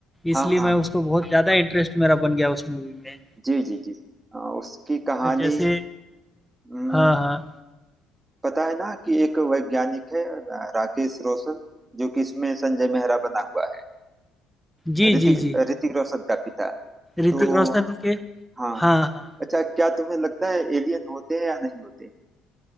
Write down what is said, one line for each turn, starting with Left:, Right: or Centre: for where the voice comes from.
Right: हाँ
Centre: इसलिए
Right: हाँ
Centre: मैं उसको बहुत ज़्यादा इंटरेस्ट मेरा बन गया उस मूवी में
Right: जी जी जी अ, उसकी कहानी
Centre: जैसे
Right: हम्म,
Centre: हाँ हाँ
Right: पता है ना कि एक वैज्ञानिक है रा- राकेश रोशन जो कि इसमें संजय मेहरा बना हुआ है
Centre: जी
Right: ऋतिक
Centre: जी जी
Right: ऋतिक रोशन का पिता तो
Centre: ऋतिक रोशन के
Right: हाँ
Centre: हाँ हाँ
Right: अच्छा क्या तुम्हें लगता है एलियन होते हैं या नहीं होते हैं